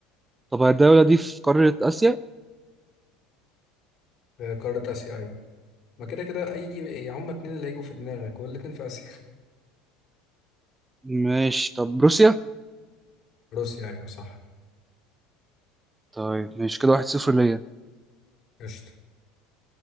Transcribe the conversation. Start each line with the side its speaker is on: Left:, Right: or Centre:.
Right: طب الدولة دي في قارة آسيا؟
Left: في قارة اسيا ايوه ما كده كده اي يعني هما اتنين اللي هيجوا في دماغك والاتنين في اسيا
Right: ماشي طب روسيا؟
Left: روسيا ايوه صح
Right: طيب ماشي كده واحد صفر ليا
Left: قشطة